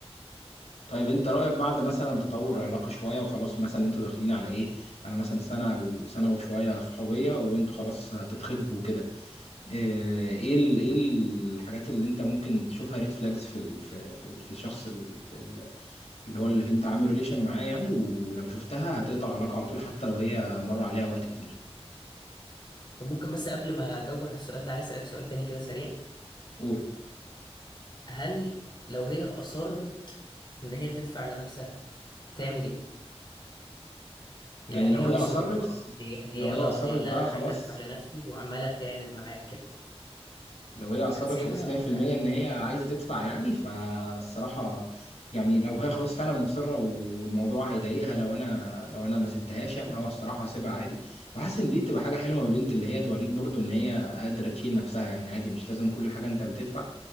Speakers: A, on the left (about 80°); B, on the left (about 45°).
A: طيب انت رايك بعد مثلا تطور العلاقه شويه وخلاص مثلا انتوا داخلين على ايه على مثلا سنه او سنه وشويه صحوبيه وانتوا خلاص هتتخطبوا كده آه، ايه ال- ايه الحاجات اللي انت ممكن تشوفها ريد فلاجز في ال في في, ال- في الشخص ال- ال- اللي هو اللي انت عامل ريليشن معاه يعني ولو شفتها هتقطع العلاقة على طول حتى لو هي مر عليها وقت كتير
B: طب ممكن بس قبل ما اجاوبك على السؤال ده عايز اسالك سؤال تاني كده سريع
A: قول
B: هل لو هي اصرت ان هي تدفع لنفسها هتعمل ايه
A: يعني
B: يعني
A: لو
B: هي
A: هي
B: مصرة
A: اصرت
B: خلاص هي هي
A: لو هي
B: اه
A: اصرت
B: هي
A: بقى
B: لا انا
A: خلاص
B: عايزه ادفع لنفسي وعماله تعند معاك كده
A: لو هي اصرت
B: هتسيبها
A: خلاص
B: ولا
A: 100%
B: لا
A: ان هي عايزه تدفع يعني فالصراحه يعني لو هي خلاص فعلا مصره والموضوع هيضايقها لو انا لو انا ما سبتهاش يعني اه الصراحه هسيبها عادي وحاسس ان دي تبقى حاجه حلوه من البنت اللي هي توريك برضو ان هي قادره تشيل نفسها يعني عادي مش لازم كل حاجه انت اللي تدفع